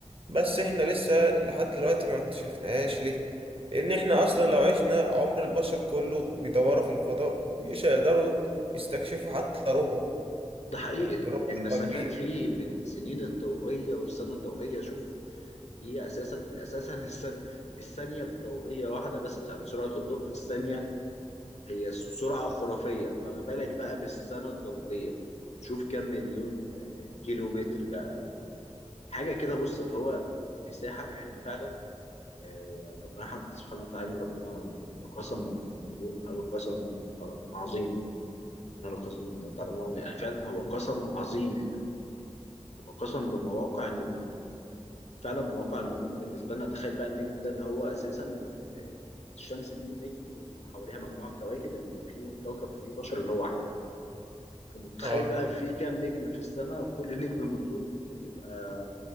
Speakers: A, on the right; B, on the left.
A: بس احنا لسه لحد دلوقتي ما اكتشفناهاش ليه لان احنا اصلا لو عشنا عمر البشر كله بيدوروا في الفضاء مش هيقدروا يستكشفوا حتى ربعه
B: ده حقيقي
A: يعني ربعه
B: المسافات
A: هيبقى كبير
B: فيه بالسنين الضوئية والسنة الضوئية شوف دي أساسا أساسا <laughs> السنة الثانية الضوئية واحدة بس يعني سرعة الضوء في الثانية هي سرعة خرافية فما بالك بقى بالسنة الضوئية شوف كم مليون آه، كيلو متر بقى و- حاجة كده بص اللي هو مساحة احنا فعلا آه، يعني ربنا حتى سبحانه وتعالى ربنا لما قسم النجوم قالوا قسم تعلمون عظيم إنه لقسم تعلمون عظيم يعني فعلا هو قسم عظيم قسم بمواقع النجوم فعلا مواقع النجوم بالنسبه لنا تخيل بقى النجم ده اللي هو اساسا آه، الشمس دي نجم وحواليها مجموعه كواكب اللي فيهم كوكب فيه بشر اللي هو احنا فمتخيل
A: اه
B: بقى في كام نجم في السماء وكل نجم من دول ممكن يبقى